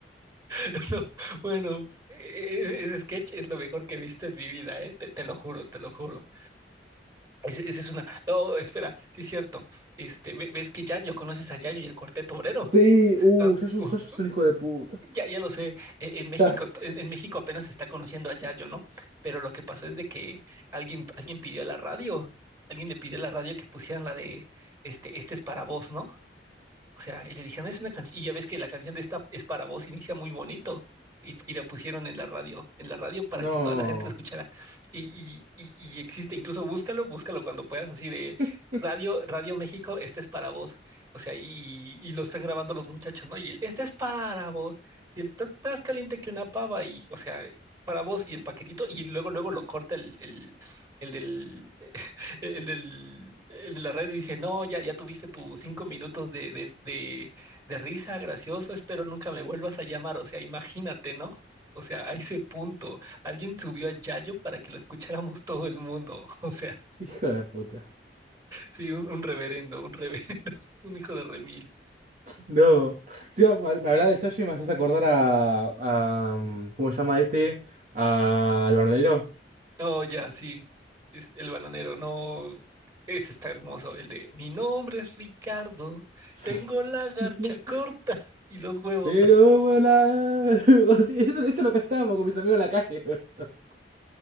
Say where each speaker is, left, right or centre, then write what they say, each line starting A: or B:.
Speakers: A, on the right; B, on the right.
A: <laughs> No, bueno, e- e- ese sketch es lo mejor que he visto en mi vida, ¿eh? Te, te lo juro, te lo juro. Ese, ese es una... No, espera, sí es cierto. Este, ve- ves que Yayo, conoces a Yayo y el Cuarteto Obrero.
B: Sí, uh,
A: Ah,
B: Yayo,
A: uh,
B: Yayo es un hijo de puta.
A: ya, ya lo sé, e- en México,
B: Ya,
A: t- en, en México apenas se está conociendo a Yayo, ¿no? Pero lo que pasó es de que alguien, alguien pidió a la radio, alguien le pidió a la radio que pusieran la de, este, este es para vos, ¿no? O sea, y le dijeron, es una canción, y ya ves que la canción de esta es para vos, inicia muy bonito. Y, y la pusieron en la radio, en la radio para
B: No.
A: que toda la gente lo escuchara. Y, y, y, y existe, incluso búscalo, búscalo cuando puedas, así de
B: <laughs>
A: Radio, Radio México, este es para vos. O sea, y, y lo están grabando los muchachos, ¿no? Y el, este es para vos. Y el, estás más caliente que una pava, y, o sea, para vos, y el paquetito, y luego, luego lo corta el, el, el del el del, el de la radio dice, no, ya, ya tuviste tus cinco minutos de, de, de, de risa, gracioso, espero nunca me vuelvas a llamar. O sea, imagínate, ¿no? O sea, a ese punto, alguien subió a Yayo para que lo escucháramos todo el mundo. <laughs> O sea,
B: Hijo de puta.
A: sí, un, un reverendo, un reverendo, <laughs> un hijo de remil.
B: No. Sí, me me hablaba de Yayo y me haces acordar a, a, mm, ¿Cómo se llama este? A- al bananero.
A: No, ya, sí, es el bananero, no, ese está hermoso, el de, mi nombre es Ricardo,
B: Sí.
A: tengo la garcha
B: la-
A: corta y los huevos.
B: Pero volar. <laughs> Sí, eso, eso lo cantábamos con mis amigos en la calle. <laughs>